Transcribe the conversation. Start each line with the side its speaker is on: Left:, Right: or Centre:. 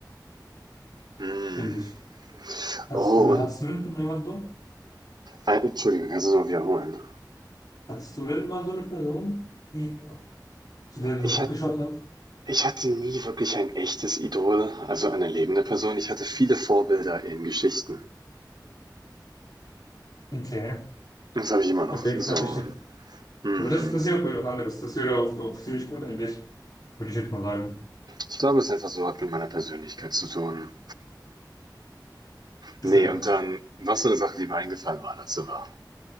Right: Mm.
Left: finde ich. Hast
Right: Oh,
Left: du,
Right: und
Left: hast du denn jemanden so?
Right: äh, Entschuldigung, kannst du es noch wiederholen?
Left: Hattest du denn mal so eine Person, die, zu der du
Right: Ich
Left: so hochgeschaut
Right: hatte
Left: hast?
Right: Ich hatte nie wirklich ein echtes Idol, also eine lebende Person. Ich hatte viele Vorbilder in Geschichten.
Left: Okay,
Right: Das habe ich immer noch.
Left: okay,
Right: So.
Left: na, verstehe.
Right: Mhm.
Left: Aber das, das ist ja auch wieder was anderes. Das wäre auch, auch ziemlich gut eigentlich, würde ich jetzt mal sagen.
Right: Ich glaube, es ist einfach so, hat mit meiner Persönlichkeit zu tun.
Left: Ist
Right: Nee,
Left: ja-
Right: und dann, was so eine Sache, die mir eingefallen war dazu war.